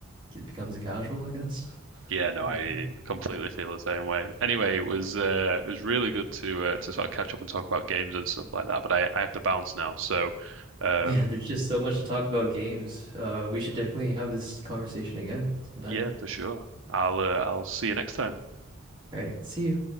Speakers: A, on the right; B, on the right.
A: it becomes a casual, I guess,
B: Yeah, no,
A: over
B: I
A: time.
B: completely feel the same way. Anyway, it was uh, it was really good to uh, to sort of catch up and talk about games and stuff like that. But I, I have to bounce now, so um,
A: Yeah, there's just so much to talk about games. Uh, we should definitely have this conversation again sometime.
B: yeah, for sure. I'll uh, I'll see you next time.
A: All right, see you.